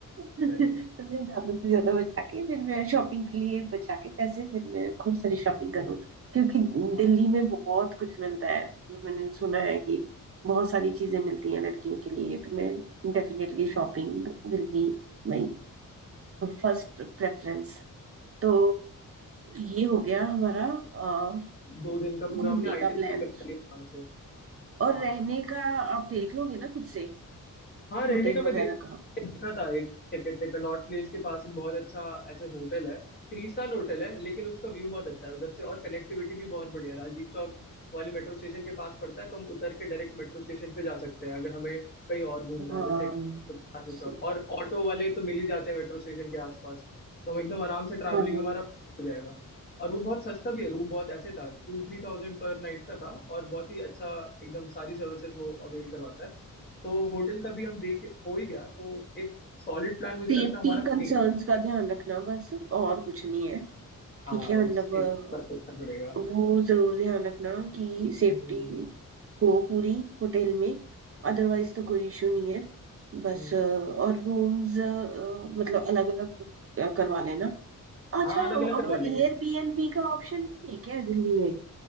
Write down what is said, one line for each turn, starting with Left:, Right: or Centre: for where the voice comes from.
Right: मैं
Left: सही है
Right: ज्यादा से ज्यादा बचा के फिर मैं शॉपिंग के लिए बचा के पैसे फिर मैं खूब सारी शॉपिंग करूँ क्योंकि
Left: हाँ
Right: दिल्ली में बहुत कुछ मिलता है मतलब मैंने सुना है कि बहुत सारी चीजें मिलती हैं लड़कियों के लिए तो मैं definitely shopping will be my first preference तो ये हो गया हमारा अ,
Left: दो दिन का पूरा
Right: घूमने
Left: हमने आइटनरी
Right: का प्लान
Left: बना लिया आराम से
Right: और
Left: हाँ
Right: रहने का आप देख लोगे ना खुद से
Left: हाँ रहने
Right: होटल
Left: का मैं
Right: वगैरह
Left: देख
Right: का
Left: देखा था एक क्या कहते हैं कनॉट प्लेस के पास एक बहुत अच्छा ऐसे होटल है थ्री स्टार होटल है लेकिन उसका व्यू बहुत अच्छा है उधर से और कनेक्टिविटी भी बहुत बढ़िया है। राजीव चौक वाले मेट्रो स्टेशन के पास पड़ता है तो हम उतर के डायरेक्ट मेट्रो स्टेशन पे जा सकते हैं अगर हमें कहीं और घूमना
Right: हाँ
Left: है जैसे चांदनी
Right: सही
Left: चौक और ऑटो वाले तो मिल ही जाते हैं मेट्रो स्टेशन के आसपास तो हम एकदम आराम से ट्रैवलिंग
Right: हाँ
Left: हमारा हो जाएगा और वो बहुत सस्ता भी है रूम बहुत ऐसे था टू थ्री थाउजेंड पर नाइट का था और बहुत ही अच्छा एकदम सारी सर्विसेज वो अवेल करवाता है तो होटल का भी हम देख हो ही गया तो एक सॉलिड प्लान मुझे
Right: सेफ्टी
Left: लगता है हमारा बन
Right: कंसर्न्स
Left: ही गया
Right: का ध्यान रखना बस और कुछ नहीं है
Left: हाँ
Right: ठीक है
Left: उससे
Right: मतलब अ,
Left: करना पड़ेगा
Right: वो जरूर ध्यान रखना कि सेफ्टी
Left: हम्म
Right: हो पूरी होटल में अदरवाइज तो कोई इशू नहीं है बस
Left: हम्म।
Right: अ, और रूम्स मतलब अलग अलग बुक करवा लेना अच्छा
Left: हाँ अलग अलग
Right: अब
Left: करवा लेंगे
Right: एयरबीएनबी का ऑप्शन नहीं है क्या दिल्ली में